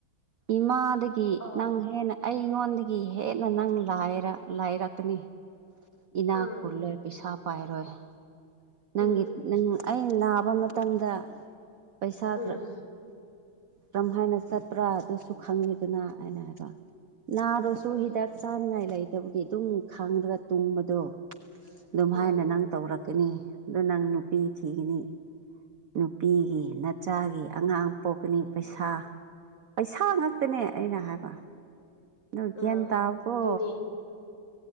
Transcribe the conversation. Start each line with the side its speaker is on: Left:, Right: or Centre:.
Right: ꯏꯃꯥꯗꯒꯤ
Left: ꯑ
Right: ꯅꯪ ꯍꯦꯟꯅ ꯑꯩꯉꯣꯟꯗꯒꯤ ꯍꯦꯟꯅ ꯅꯪ ꯂꯥꯏꯔ ꯂꯥꯏꯔꯛꯀꯅꯤ ꯏꯅꯥꯛ
Left: ꯎꯝ
Right: ꯈꯨꯜꯂꯣꯏ ꯄꯩꯁꯥ ꯄꯥꯏꯔꯣꯏ ꯅꯪꯒꯤ
Left: ꯎꯝ
Right: ꯅꯪ ꯑꯩꯅ ꯅꯥꯕ ꯃꯇꯝꯗ ꯄꯩꯁꯥ
Left: ꯎꯝ
Right: ꯈꯔ ꯀꯔꯝ ꯍꯥꯏꯅ ꯆꯠꯄ꯭ꯔꯥ ꯑꯗꯨꯁꯨ ꯈꯪꯉꯤꯗꯨꯅ ꯑꯩꯅ ꯍꯥꯏꯕ ꯅꯥꯔꯁꯨ
Left: ꯎꯝ
Right: ꯍꯤꯗꯛ ꯆꯥꯅꯤꯡꯉꯥꯏ ꯂꯩꯇꯕꯒꯤ ꯑꯗꯨꯝ ꯈꯥꯡꯗꯒ ꯇꯨꯝꯕꯗꯣ ꯑꯗꯨꯝ
Left: ꯎꯝ
Right: ꯍꯥꯏꯅ ꯅꯪ ꯇꯧꯔꯛ ꯆꯀꯅꯤ ꯑꯗꯣ ꯅꯪ ꯅꯨꯄꯤ ꯊꯤꯒꯅꯤ ꯅꯨꯄꯤꯒꯤ ꯅꯆꯥꯒꯤ ꯑꯉꯥꯡ ꯄꯣꯛꯀꯅꯤ ꯄꯩꯁꯥ ꯄꯩꯁꯥ ꯉꯥꯛꯇꯅꯦ ꯑꯩꯅ ꯍꯥꯏꯕ ꯅꯀꯦ
Left: ꯎꯝ
Right: ꯇ ꯑꯒꯣ
Left: ꯑꯗꯨꯅꯤ